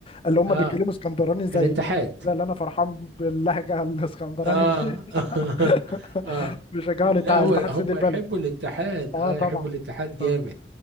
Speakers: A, on the left (about 30°); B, on the right (about 75°).
A: اللي هم
B: اه
A: بيتكلموا اسكندراني زي
B: الاتحاد
A: ده اللي انا فرحان باللهجه الاسكندراني
B: اه
A: دي <laughs>
B: <laughs> اه اه
A: بيشجعوا
B: لا
A: لتع-
B: هو
A: لتحت
B: هم
A: سد البلد
B: يحبوا الاتحاد
A: اه
B: اه
A: طبعا
B: يحبوا الاتحاد جامد
A: طبعا